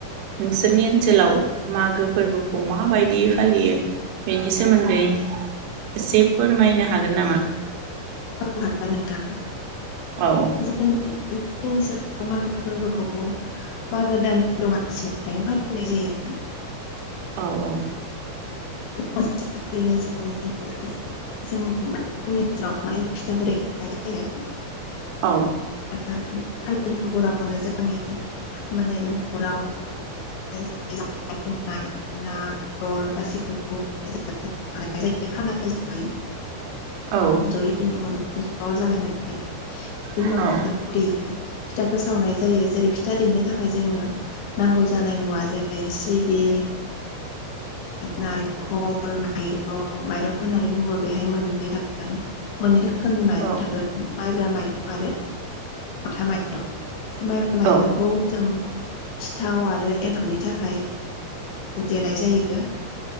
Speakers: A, on the right (about 75°); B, on the left (about 75°).
A: नोंसोरनि ओनसोलाव मागो फोरबोखौ माबायदियै फालियो बेनि सोमोन्दै एसे फोरमायनो हागोन नामा
B: औ हागोन नोंथां
A: औ
B: जोंनि जोंनि ओनसोलाव मागो फोरबोखौ मागो दाननि दमासिनिफ्रायनो फालिनाय जायो
A: औ औ
B: दमासिनिफ्रायनो जोंनि ओनसोल जों माने जोंनि ओनसोलाव माने फिथाखौ देनाय जायो
A: औ
B: ओ खालिनि हरावनो जोंनि माने न'खराव संनाय जानाय लोंनाय ना बेदर गासिखौबो <unintelligible> खानाय हिसाबै
A: औ
B: जयै न'खर न' ज' जालायनानै बेनि
A: औ
B: उनाव <unintelligible> फिथाखौ सावनाय जायो जेरै फिथा देनो थाखाय जोङो नांगौ जानाय मुवा जेरै सिबिं नारेंखल माइरं माइरं होननानै बुङोबा बेहाय मोननै थागोन मोननै रो रोखोमनि माइरं
A: औ
B: थागोन माइब्रा माइरं आरो माथा माइरं मायब्रा माइरंखौ
A: औ
B: जों सिथाव आरो एन्थाबनि थाखाय देनाय जायो ओ बे